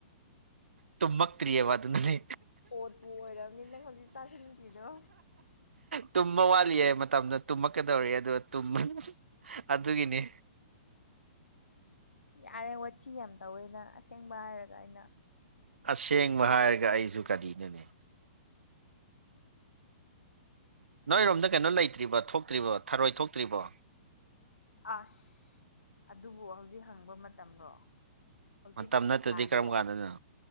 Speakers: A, on the right; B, on the left.
A: ꯇꯨꯝꯃꯛꯇ꯭ꯔꯤꯌꯦꯕ ꯑꯗꯨꯅꯅꯦ
B: ꯑꯣꯠꯄꯨ ꯑꯣꯏꯔꯝꯅꯤ ꯅꯪ ꯍꯧꯖꯤꯛ ꯆꯥꯁꯤꯟꯈꯤꯗꯣ
A: ꯇꯨꯝꯕ ꯋꯥꯠꯂꯤꯌꯦ ꯃꯇꯝꯗꯣ ꯇꯨꯝꯃꯛꯀꯗꯧꯔꯤ ꯑꯗꯣ ꯇꯨꯝ ꯑꯗꯨꯒꯤꯅꯤ
B: ꯌꯥꯔꯦ ꯋꯥꯊꯤ ꯌꯥꯝ ꯇꯧꯋꯦꯅ ꯑꯁꯦꯡꯕ ꯍꯥꯏꯔꯒ ꯑꯩꯅ
A: ꯑꯁꯦꯡꯕ ꯍꯥꯏꯔꯒ ꯑꯩꯁꯨ ꯀꯔꯤꯅꯣꯅꯦ ꯅꯣꯏꯔꯣꯝꯗ ꯀꯩꯅꯣ ꯂꯩꯇ꯭ꯔꯤꯕ ꯊꯣꯛꯇ꯭ꯔꯤꯕꯣ ꯊꯔꯣꯏ ꯊꯣꯛꯇ꯭ꯔꯤꯕꯣ
B: ꯑꯁ ꯑꯗꯨꯕꯨ ꯍꯧꯖꯤꯛ ꯍꯪꯕ ꯃꯇꯝꯔꯣ ꯍꯧꯖꯤꯛ
A: ꯃꯇꯝ
B: ꯀꯔꯤ
A: ꯅꯠꯇ꯭ꯔꯗꯤ
B: ꯊꯥꯅꯣ
A: ꯀꯔꯝ ꯀꯥꯟꯗꯅꯣ